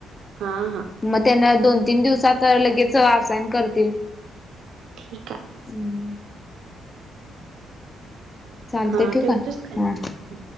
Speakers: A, on the right; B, on the left.
A: हा हा
B: मग त्यांना दोन तीन दिवसात लगेच आसायन करतील.
A: ठीक आहे.
B: हम्म चालते
A: हा
B: ठेवू
A: ठेवतेस
B: का?
A: काय?
B: हा.